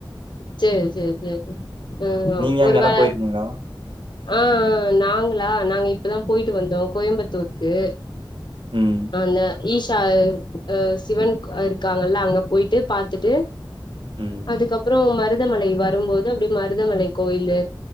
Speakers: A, on the left (about 65°); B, on the right (about 80°).
A: சேர் சேர் சேரி அ
B: நீங்க
A: ஒரு
B: எங்கனா
A: வேள
B: போயிருக்கீங்களா
A: அ அ நாங்களா நாங்க இப்பதா போயிட்டு வந்தோ கோயம்பத்தூருக்கு
B: ம்,
A: அந்த ஈஷா அ அ சிவன் இருக்காங்கல்ல அங்க போயிட்டு பாத்துட்டு
B: ம்.
A: அதுக்கப்புறோ மரு மருதமலை வரும்போது அப்டியே மருதமலை கோயில